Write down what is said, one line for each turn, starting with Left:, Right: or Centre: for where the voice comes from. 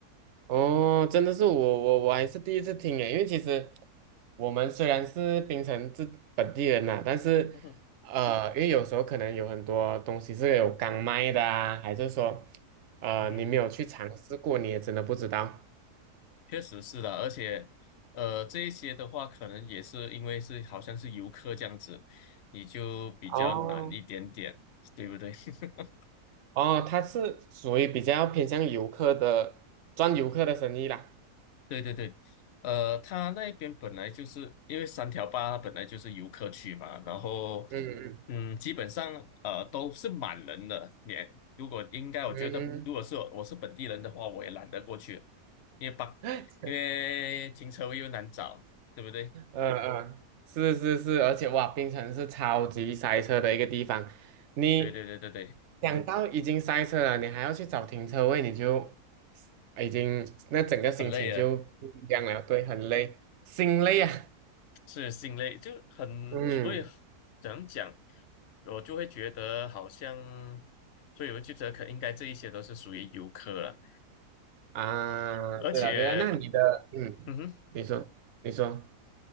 Right: 哦，真的是我我我还是第一次听诶，因为其实我们虽然是槟城这本地人呐、但是呃，
Left: 嗯哼，
Right: 因为有时候可能有很多东西是有刚卖的啊，还是说呃你没有去尝试过，
Left: 嗯哼。
Right: 你也真的不知道。
Left: 确实是的，而且，呃，这一些的话，可能也是因为是好像是游客这样子，你就比较难一点点，
Right: 哦
Left: 对不对？<laughs>
Right: 哦，它是属于比较偏向游客的，赚游客的生意啦。
Left: 对对对，呃，他那边本来就是因为三条坝它本来就是游客区嘛，然后，
Right: 嗯嗯
Left: 嗯，基本上呃都是满人的。也如果应该，我觉得如果是我我是本地人的话，
Right: 嗯，
Left: 我也懒得过去，因为把
Right: <laughs>
Left: 因为停车位又难找，对不对？
Right: 嗯嗯，是是是，而且哇，槟城是超级塞车的一个地方。你
Left: 对对对对对，
Right: 想到已经塞车了，你还要去找停车位，你就已经那整个心情就不一样了，
Left: 很累啊。
Right: 对，很累，心累啊。
Left: 是心累，就很，
Right: 嗯
Left: 所以怎样讲，我就会觉得好像，所以我就觉得可应该这一些都是属于游客了，
Right: 啊，
Left: 而且，
Right: 对了对了，那你的嗯，
Left: 嗯哼，
Right: 你说你说